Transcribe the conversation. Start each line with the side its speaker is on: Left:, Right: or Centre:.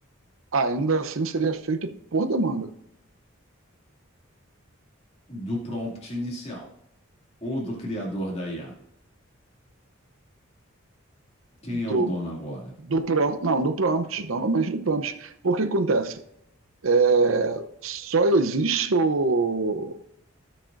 Right: ainda assim seria feita por demanda
Left: do prompt inicial ou do criador da IA. Quem
Right: do,
Left: é o dono agora?
Right: do prom, não, do prompt, novamente do prompt. Por que acontece? É, só existe o,